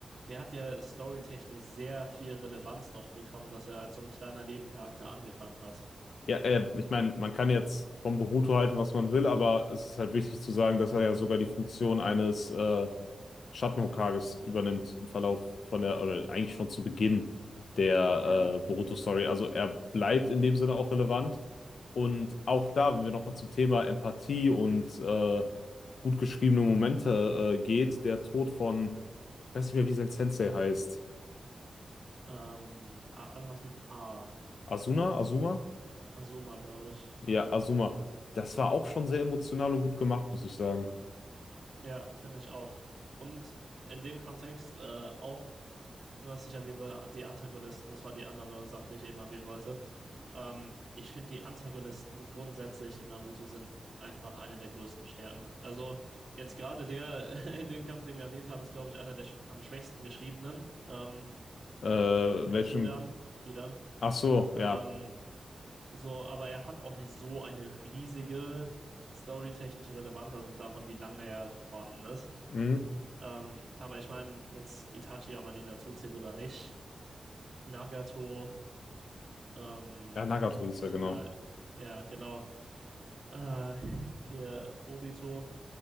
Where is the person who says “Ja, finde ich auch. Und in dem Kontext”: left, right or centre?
Right